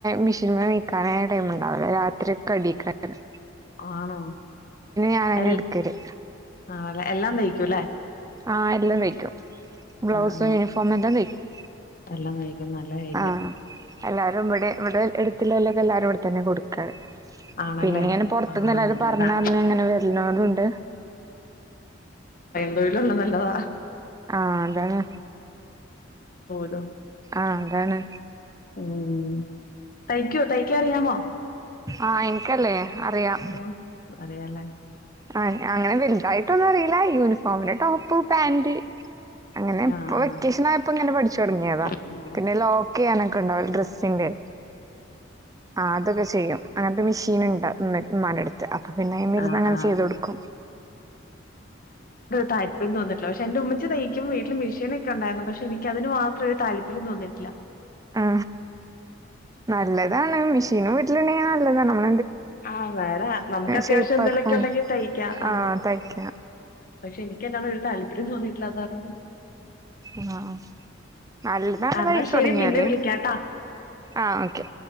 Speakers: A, on the right; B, on the left.
A: മിഷീൻ നൽക്കാന ടൈംണ്ടാവില്ലോ രാത്രിയൊക്കെയെണിക്കുണ്ട്
B: ആണോ
A: ഞാനന്നെ
B: എല്ല
A: എടുക്കല്
B: അതെ എല്ലാം തയ്ക്ക- ഉല് <unintelligible>
A: ആഹ് എല്ലാം തയ്ക്കും ബ്ലൗസും
B: ആ
A: യൂണിഫോമും എല്ലാം തയ്ക്കും
B: എല്ലാം തയ്ക്കും നല്ല കാര്യം
A: ആഹ് എല്ലാരും ഇവിടെ ഇവിടെ എടു - ക്ക എല്ലാരും ഇവടെ തന്നെ കൊടു ക്കെപിന്നെ
B: ആണല്ലേ
A: ഇങ്ങനെ പൊറത്ത്ന്നെല്ലാപറഞ്ഞ
B: ആ നല്ലതാ
A: അന്നെന്നെ ഇങ്ങനെ വരുന്നോരുണ്ട്
B: തൊഴിലുള്ളത് നല്ലതാ
A: ആഹ് അതെന്നെ
B: ലൊ
A: ആഹ് അതാണ്
B: ഉം തൈക്ക് <unintelligible> തയ്ക്ക അറിയാമോ
A: ആഹ് എനിക്കല്ലേ അറിയാം
B: ഓ അറിയാലേ
A: ആഹ് അങ്ങനെ വല്തായിട്ടൊന്നും അറിയി ല്ല യൂണിഫോമിന്റെ ടോപ്പ് പാന്റ് അങ്ങനെ
B: ആ
A: ഇപ്പൊ
B: ആ
A: വെക്കേഷൻ
B: ആ
A: ആയപ്പോ ഇങ്ങനെ പഠിച്ചു തൊടങ്ങിയതാ
B: ഉവ്വ
A: പിന്നെ ലോക്ക് എയ്യാനൊക്കെ ഇണ്ടാവ്ലെ ഡ്രെസ്സിന്റെ ആ അതൊക്കെ ചെയ്യും അങ്ങന മെഷീൻ ഉണ്ട വിമാന എടുത്ത് അപ്പൊ പിന്നെ വരന്ന്
B: ആ
A: അങ്ങനെ
B: ആ
A: ചെയ്ത കൊടുക്കും
B: താല്ര്ം തോന്നട്ടില്ല പക്ഷെ എന്റെ ഉമ്മ തക്കുമ്പ വീട്ടില് മെഷീനക്കെണ്ടായി പക്ഷെ എനിക്ക് അന് മാത്രം ഒരു താല്പര്യം തോന്നിട്ടില്ല
A: ആ നല്ലതാണ് മഷ ീ വീട്ടിലണ്ടെങ്ക നല്ലതാ നമ്മ
B: ആഹ വേറെ നമുക്ക് അത്യാവശ്യം
A: ഷേപ്പാക്കാൻ
B: എന്തെങ്കലുമൊക്കെ ഉണ്ടെങ്കിൽ തയ്ക്കാം ആ
A: ആഹ് തയ്ക്കാം
B: പക്ഷെ എനിക്ക്ന്താണ് ഒരു താല്പര്യം തോന്നി ഇല്ലാതാര
A: ആഹ നല്ല നള്
B: ആ, എന്നാ
A: കഴിച്ചു
B: ശരി
A: തുടങ്ങിയല്േ
B: പിന്നെ വിളിക്കാട്ടാ
A: ആഹ ഓക്കെ